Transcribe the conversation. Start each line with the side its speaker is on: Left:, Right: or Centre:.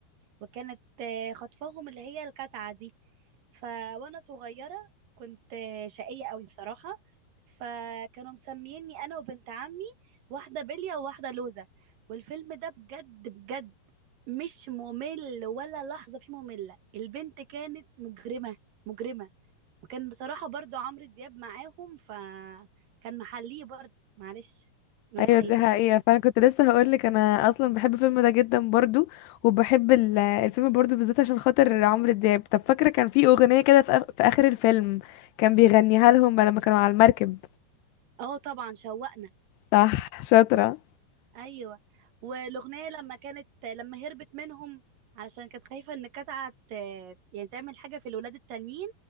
Right: وكانت آه، خطفاهم اللي هي الكتعة دي ف وانا صغيرة كنت آه، شقية قوي بصراحة فكانوا مسميني انا وبنت عمي واحدة بلية وواحدة لوزة والفيلم ده بجد بجد مش ممل ولا لحظة فيه مملة البنت كانت مجرمة مجرمة وكان بصراحة برضو عمرو دياب معاهم فكان محليه برضو معلش نقول
Left: ايوه
Right: الحقيقة
Left: دي حقيقة فانا كنت لسه هقولك انا اصلا بحب الفيلم ده جدا برضو وبحب ال- الفيلم برضو بالذات عشان خاطر عمرو دياب طب فاكرة كان في اغنية كده في, آخ- في اخر الفيلم كان بيغنيها لهم لما كانوا على المركب
Right: اه طبعا شوقنا
Left: صح شاطرة
Right: ايوه والاغنيه لما كانت لما هربت منهم علشان كانت خايفه ان كتعه ت- يعني تعمل حاجه في الولاد التانيين